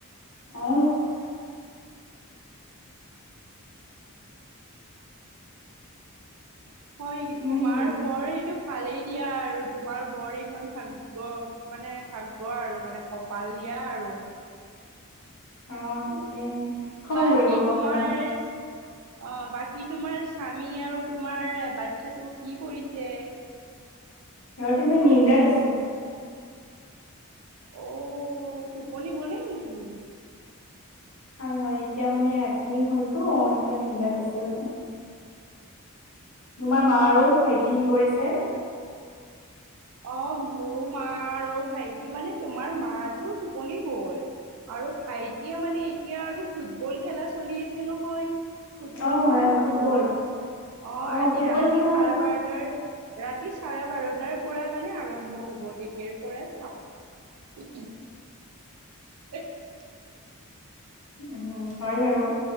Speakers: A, on the left; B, on the right.
A: অ।
B: হয় নেকি
A: উম
B: তোমাৰ বৰ সেইটো ভালেই দিয়া আৰু তোমাৰ বৰ এইখন ভা- গ্য মানে ভাগ্য আৰু মানে কপাল দিয়া আৰু।
A: অ দেই ক্ষমা
B: বাকী
A: কৰিব মোৰ
B: তোমাৰ
A: অকমান
B: - অ বাকী তোমাৰ স্বামী আৰু তোমাৰ বাচ্ছাটো কি কৰিছে?
A: ইহঁতে মানে নিন্দাত আছে।
B: অ টোপনি গলে নেকি?
A: হয় হয় এতিয়া মানে ৰাতি হলতো এতিয়া নিদ্ৰাত আছে মানে। তোমাৰ মা আৰু
B: অ অ
A: ভাইতি কি কৰিছে?
B: অ মোৰো মা আৰু ভাইটি মানে তোমাৰ মাটো টোপনি গল। আৰু ভাইটিয়ে মানে এতিয়া আৰু ফুটবল খেলা চলি আছে নহয়। ফুটবল
A: অ হয়
B: খেলে
A: হয়
B: চাব।
A: ফুটবল
B: অ'
A: অ
B: আজি
A: ফুটবল
B: ৰাতি
A: খেলা
B: চাৰে বাৰটাৰ ৰাতি চাৰে বাৰটাৰ পৰা মানে আৰম্ভ হ'ব তেতিয়াৰ পৰা চাম <inaudible>
A: উ, হয় বাৰু।